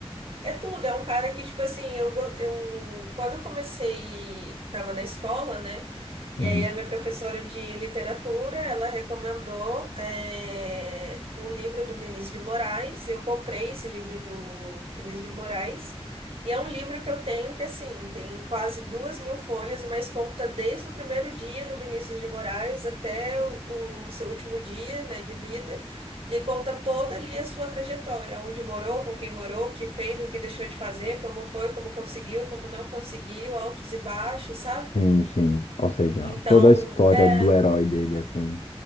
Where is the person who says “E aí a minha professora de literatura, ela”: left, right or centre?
Right